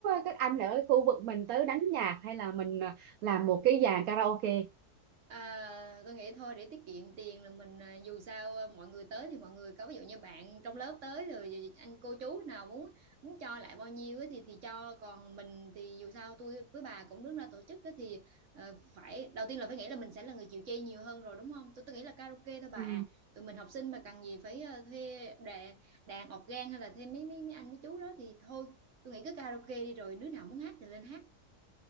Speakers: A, on the right; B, on the right.
A: các anh ở khu vực mình tới đánh nhạc hay là mình ờ, làm một cái dàn karaoke
B: À, tôi nghĩ thôi để tiết kiệm tiền là mình à, dù sao à, mọi người tới thì mọi người có ví dụ như bạn trong lớp tới rồi rồi anh cô chú nào muốn muốn cho lại bao nhiêu ấy, thì thì cho còn mình thì dù sao tôi với bà cũng đứng ra tổ chức ấy, thì ờ, phải đầu tiên là phải nghĩ là mình sẽ là người chịu chi nhiều hơn rồi đúng không tôi tôi nghĩ là karaoke thôi bà
A: ừ,
B: à tụi mình học sinh mà cần gì phải ờ, thuê đàn đàn organ hay là thuê mấy mấy mấy anh mấy chú đó thì thôi tôi nghĩ cứ karaoke đi rồi đứa nào muốn hát thì lên hát